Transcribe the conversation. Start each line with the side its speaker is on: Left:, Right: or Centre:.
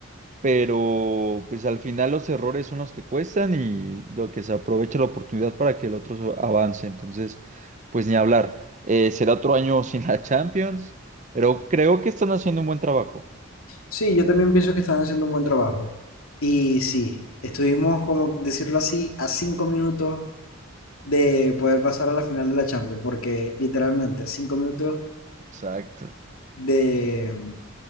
Right: pero pues al final los errores son los que cuestan y lo que se aprovecha la oportunidad para que el otro so- avance. Entonces, pues ni hablar. Eh, será otro año <laughs> sin la Champions, pero creo que están haciendo un buen trabajo.
Left: Sí, yo también pienso que están haciendo un buen trabajo. Y sí, estuvimos, como decirlo así, a cinco minutos de poder pasar a la final de la Champions, porque literalmente a cinco minutos
Right: Exacto.
Left: de